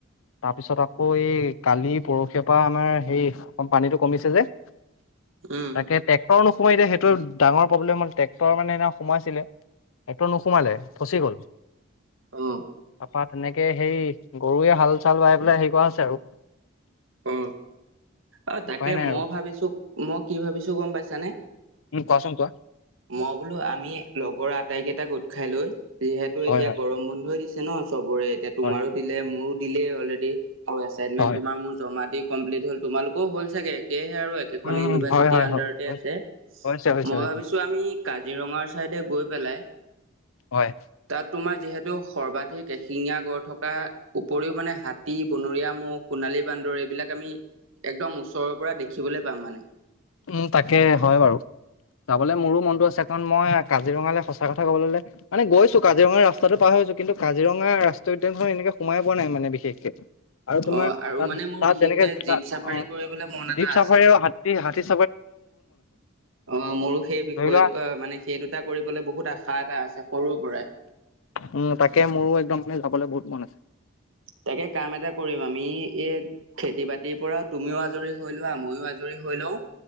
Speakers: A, on the left; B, on the right.
A: তাৰপিছত আকৌ এই কালি পৰহিয় পৰা আমাৰ হেই অকণ পানীটো কমিছে যে। তাকে
B: উম
A: ট্ৰেক্টৰ নোসোমাই এতিয়া সেইটো ডাঙৰ প্ৰব্লেম হ'ল ট্ৰেকটৰ মানে হেইদিনা সোমাইছিলে একটো নোসুমালে ফচি গল।
B: আহ।
A: তপা তেনেকে হেৰি গৰুৱে হাল চাল বাই পেলাই হেৰি কৰা আছে আৰু
B: অ অ তাকে
A: উপায় নাই
B: মই
A: আৰু
B: ভাবিছো মই কি ভাবিছো গম পাইছানে?
A: ওম কোৱা ছুণ
B: মই বোলো আমি লগৰ আটাই কেইটা গোট খাই লৈ যিহেতু
A: হয়
B: এতিয়া
A: হয়
B: গৰম বন্ধই দিছে ন। চবৰে এতিয়া তোমাৰো
A: হয়
B: দিলে মোৰো দিলে অলৰেডি আৰু এচাইনমেন্
A: হয়
B: তোমাৰ ম জা দি কমপ্লট হ'ল তুমালকও হল চাগে। সয়েহে আৰু একেখন
A: উম
B: ইউনিভাৰ্চিটিৰ
A: হয় হয়
B: আনডাৰতে
A: হয় হয়
B: আছে
A: হৈছে হৈছে
B: মই
A: হৈছে
B: ভাবিছো। আমি কাজিৰঙা চাইডে গৈ পেলাই
A: হয়
B: তাত তোমাৰ যিহেতু টো সৰ্বাধিক এশিঙীয়া গড় থকা উপৰিও মানে হাতী বনৰীয়া মহ সোণালী বান্দৰে সবিলাক আমি একদম ওচৰৰ পৰা দেখিবলৈ পাম মানে।
A: উম তাকে হয় বাৰু যাবলৈ মোৰো মনতটো আছে কাৰণ মই কাজিৰঙালৈ সঁচা কথা কবলে মানে গৈছো কাজিৰঙা ৰাস্তাতটো পাই কিন্তু কাজিৰঙা ৰাষ্ট্ৰীয় উদ্যানখন এনেকে সোমাই পোৱা নাই মানে বিশেষকে। আৰু তোমাৰ
B: অ আৰু মানে মোৰ
A: তাত
B: বিশেষকে
A: যেনেকে
B: জীপ
A: তাত
B: চাফাৰী
A: অ
B: কৰিবলৈ মন এটা
A: জীপ চাফাৰীও
B: আছে
A: হাতী হাতী চা
B: অ মোৰো সেই বিষয়
A: ধৰি লোৱা
B: মানে সেই দুটা কৰিবলে বহুত আ শা এটা আছে সৰুৰ পৰাই
A: উম তাকে মোৰো একদম মানে যাবলৈ বহুত মন আছে।
B: তাকে কাম এটা কৰিম আমি এই খেতি বাতিৰ পৰা তুমিও আজৰি। ধৰি লোৱা আময়ো আজৰি হৈ লও